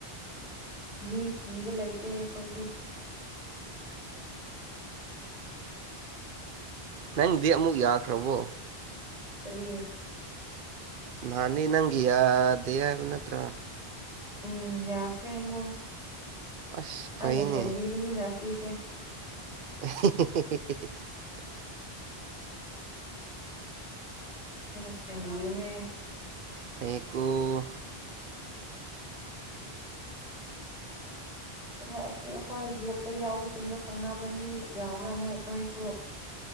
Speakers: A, in the centre; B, on the right.
A: ꯃꯤ ꯀꯤꯕ ꯂꯩꯇꯦ ꯑꯩꯈꯣꯏꯗꯤ <inaudible>
B: ꯅꯪꯗꯤ ꯑꯃꯨꯛ ꯌꯥꯈ꯭ꯔꯕꯣ
A: ꯀꯃꯤ ꯑꯦ
B: ꯅꯅꯤ ꯅꯪꯒꯤꯌꯥꯗꯦ ꯍꯥꯏꯕ ꯅꯠꯇ꯭ꯔ
A: ꯎꯝ ꯌꯥꯈꯦꯃꯣ
B: ꯑꯁ ꯐꯩꯅꯦ
A: ꯑꯩꯅ ꯁꯦꯝꯕꯤꯕꯅꯤꯅ ꯁꯤꯁꯦ
B: <inaudible> <inaudible>
A: ꯑꯩꯅ ꯁꯦꯝꯕꯤꯕꯅꯦ
B: ꯐꯩꯀꯣ
A: <unintelligible> <inaudible> ꯍꯣꯏ ꯑꯁꯤ ꯑꯩꯈꯣꯏ ꯒ꯭ꯔꯨꯞꯇ ꯌꯥꯎꯕꯁꯤꯡꯗꯣ ꯈꯪꯅꯕ ꯃꯤ ꯌꯥꯎꯕ꯭ꯔꯥ ꯅꯣꯏ ꯅꯣꯏꯁꯨ